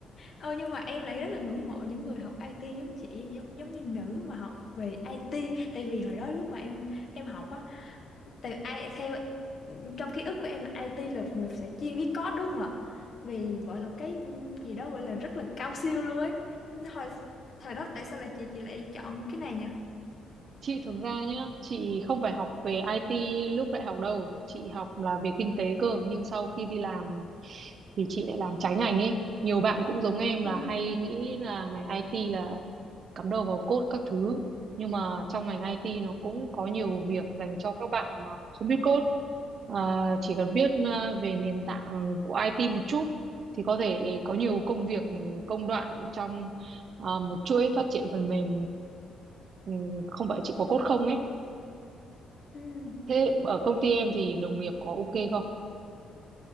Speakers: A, on the left (about 55°); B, on the right (about 55°).
A: Ờ nhưng mà em lại rất là ngưỡng mộ những người học IT giống chị giống giống như nữ mà học về IT tại vì hồi đó lúc mà em em học á Tại ai theo trong ký ức của em là IT là một người sẽ chuyên viết code đúng không ạ? Vì gọi là cái gì đó gọi là rất là cao siêu luôn ấy. Hồi thời đó tại sao lại chị chị lại chọn cái này nhỉ?
B: Chị thực ra nhá, chị không phải học về IT lúc đại học đâu, chị học là về kinh tế cơ, nhưng sau khi đi làm thì chị lại làm trái ngành ấy. Nhiều bạn cũng giống em
A: Ừ.
B: là hay nghĩ là ngành IT là cắm đầu vào code các thứ, nhưng mà trong ngành IT nó cũng có nhiều việc dành cho các bạn mà không biết code. À, chỉ cần biết à, về nền tảng của IT một chút thì có thể có nhiều công việc công đoạn trong à, một chuỗi phát triển phần mềm ừ, không phải chỉ có code không ấy
A: Ừ.
B: thế ở công ty em thì đồng nghiệp có ok không